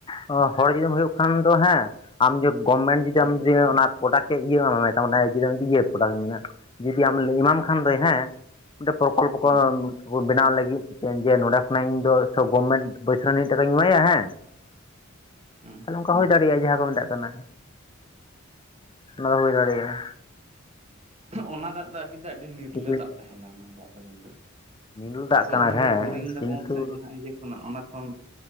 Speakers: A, on the left; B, on the right.
A: ᱦᱚᱲ ᱡᱩᱫᱤᱢ ᱦᱩᱭᱩᱜ ᱠᱷᱟᱱ ᱫᱚ ᱦᱮᱸ ᱟᱢ ᱡᱚᱵ ᱜᱚᱨᱢᱮᱱᱴ ᱡᱩᱫᱤ
B: ᱦᱩᱸ
A: ᱟᱢ ᱡᱩᱫᱤ ᱚᱱᱟ ᱯᱨᱚᱰᱟᱠᱴ ᱮ ᱤᱭᱟᱹ ᱟᱢᱟᱭ ᱢᱮᱛᱟᱢ ᱚᱱᱮ ᱡᱩᱫᱤᱢ ᱤᱭᱟᱹ ᱯᱨᱚᱰᱟᱠᱴ ᱤᱧ ᱢᱮᱱᱟᱜ ᱡᱩᱫᱤ ᱟᱢ ᱮᱢᱟᱢ ᱠᱷᱟᱱ ᱫᱚᱭ ᱦᱮᱸ ᱢᱤᱫᱴᱮᱱ ᱯᱨᱚᱠᱚᱞᱯ
B: ᱦᱩᱸ
A: ᱠᱚ ᱵᱮᱱᱟᱣ ᱞᱟᱹᱜᱤᱫ ᱛᱮ ᱡᱮ ᱱᱚᱸᱰᱮ ᱠᱷᱚᱱᱟᱜ ᱤᱧ ᱫᱚ ᱥᱚᱵ ᱜᱚᱵᱷᱢᱮᱱᱴ ᱯᱚᱭᱥᱟ ᱱᱤᱱᱟᱹᱜ ᱴᱟᱠᱟᱧ ᱮᱢᱟᱭᱟ ᱦᱮᱸ ᱾
B: ᱦᱩᱸ ᱾
A: ᱚᱱᱠᱟ ᱦᱩᱭ ᱫᱟᱲᱮᱭᱟᱜᱼᱟ ᱡᱟᱦᱟᱸ ᱠᱚ ᱢᱮᱛᱟᱜ ᱠᱟᱱᱟ, ᱚᱱᱟ ᱫᱚ ᱦᱩᱭ ᱫᱟᱲᱮᱭᱟᱜᱼᱟ ᱾
B: ᱚᱱᱟ ᱫᱟᱜ ᱫᱚ ᱟᱨ ᱠᱤᱱᱛᱩ ᱟᱹᱰᱤ ᱱᱤᱨᱞᱟᱹ
A: ᱡᱩᱫᱤ
B: ᱫᱟᱜ ᱛᱟᱦᱮᱱᱟ ᱚᱱᱟ ᱫᱟᱜ ᱫᱚ ᱠᱤᱱᱛᱩ ᱾
A: ᱧᱤᱫᱟᱹ ᱫᱟᱜ
B: ᱟᱵᱚ
A: ᱠᱟᱱᱟ
B: ᱡᱟᱦᱟᱸ ᱵᱚᱱ
A: ᱦᱮᱸ
B: ᱵᱳᱨᱤᱝ ᱫᱟᱵᱚᱱ
A: ᱠᱤᱱᱛᱩ
B: ᱥᱮ ᱡᱟᱦᱟᱸ ᱤᱭᱟᱹ ᱠᱷᱚᱱᱟᱜ ᱚᱱᱟ ᱠᱷᱚᱱ